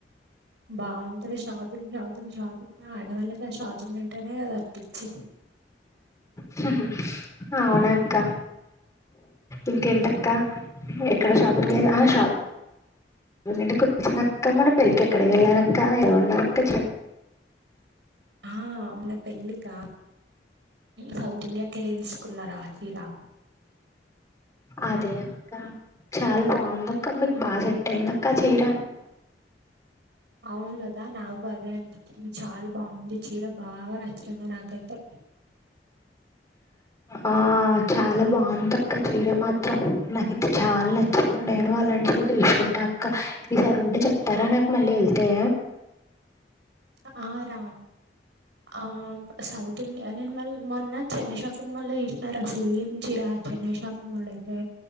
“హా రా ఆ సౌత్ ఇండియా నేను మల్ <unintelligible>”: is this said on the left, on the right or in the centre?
Right